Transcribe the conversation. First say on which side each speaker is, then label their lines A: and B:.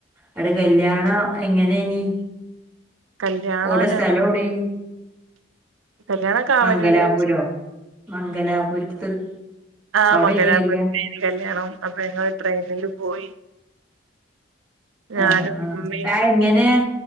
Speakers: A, in the centre; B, on the right (about 85°).
A: എവിടെ
B: ഉം
A: കല്യാണ എങ്ങനെനി
B: കല്യാണം
A: ഓടെ സ്ഥലോടെനി
B: ഞങ്ങ കല്യാണം കാവനൂര്
A: മംഗലാപുരോ
B: വെച്ച്
A: മംഗലാപുരത്ത്
B: ആഹ്
A: അവിടേനി
B: മംഗലപുരതയിന്
A: കല്യാണം
B: കല്യാണം അപ്പൊ ഞങ്ങള് ട്രെയിനില് പോയി ഞാനും
A: ആഹ് ആഹ്
B: ഉമ്മയും
A: അതങ്ങന